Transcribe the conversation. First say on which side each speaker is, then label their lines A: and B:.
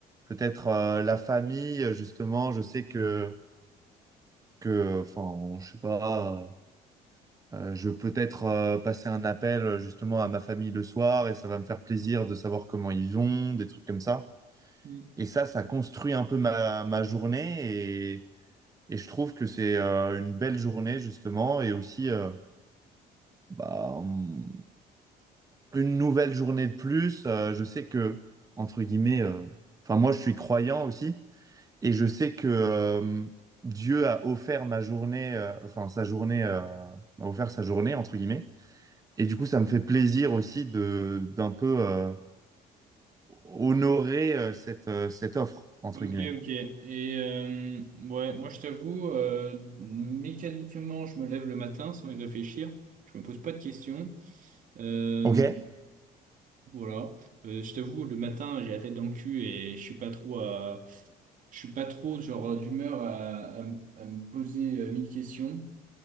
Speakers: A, on the right; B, on the right.
A: peut-être euh, la famille. Justement, je sais que que, enfin, je sais pas, euh, je vais peut-être euh, passer un appel euh, justement à ma famille le soir et ça va me faire plaisir de savoir comment ils vont, des trucs comme ça.
B: Mm.
A: Et ça, ça construit un peu ma, ma journée et, et je trouve que c'est euh, une belle journée justement et aussi euh, bah, hum, une nouvelle journée de plus. Euh, je sais que, entre guillemets, euh, enfin moi je suis croyant aussi et je sais que euh, Dieu a offert ma journée, euh, enfin sa journée, euh, m'a offert sa journée, entre guillemets. Et du coup, ça me fait plaisir aussi de d'un peu euh, honorer euh, cette, euh, cette offre, entre
B: Ok,
A: guillemets.
B: ok. Et euh, ouais, moi, je t'avoue, euh, mécaniquement, je me lève le matin sans y réfléchir. Je me pose pas de questions. Euh,
A: Ok?
B: voilà. Euh, je t'avoue, le matin, j'ai la tête dans le cul et je suis pas trop à- je suis pas trop genre d'humeur à, à me à me poser euh, mille questions.